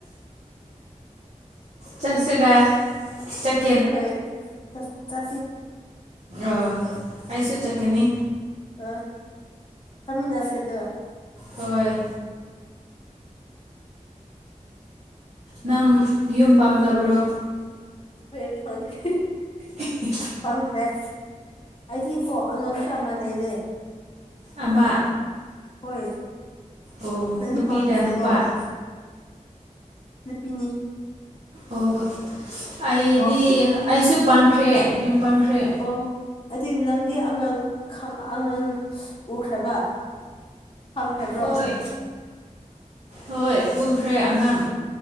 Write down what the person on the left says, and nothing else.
ꯈꯔꯦ ꯆ
ꯑ ꯊꯝꯃꯤꯟꯅꯁꯦꯗ
ꯍꯣꯏ ꯐꯣꯟ ꯀ
ꯈꯪꯈ꯭ꯔꯦ ꯑꯩꯗꯤ ꯀꯣ ꯑꯉꯥꯡꯁꯨ ꯑꯃ ꯂꯩꯔꯦ
ꯍꯣꯏ
ꯅꯪꯗꯤ
ꯄꯥꯉꯟꯗ꯭꯭ꯔꯔꯤꯕꯣ
ꯅꯨꯄꯤꯅꯤ
ꯑꯣ
ꯑꯣ ꯑꯗꯨꯗꯤ ꯅꯪꯗꯤ ꯑꯉꯥꯡ ꯑꯉꯥꯡ ꯎꯈ꯭ꯔꯕ ꯐꯪꯈ꯭ꯔꯕ꯭ꯔꯣ